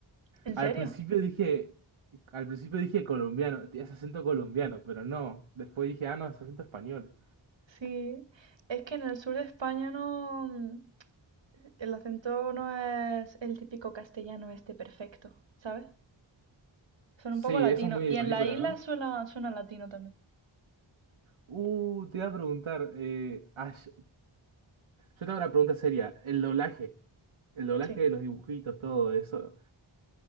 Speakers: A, on the right (about 65°); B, on the right (about 85°).
A: ¿En
B: Al
A: serio?
B: principio dije, al principio dije colombiano, tienes acento colombiano, pero no. Después dije, ah, no, es acento español.
A: Sí. Es que en el sur de España no. mm, El acento no es el típico castellano este perfecto, ¿sabes? Son
B: Sí,
A: un poco latino
B: eso es muy
A: Y
B: de
A: en
B: película,
A: la isla
B: ¿no?
A: suena, suena latino también.
B: Uh, te iba a preguntar, eh, ay- yo tengo una pregunta seria, el doblaje, el doblaje
A: Sí,
B: de los dibujitos, todo eso.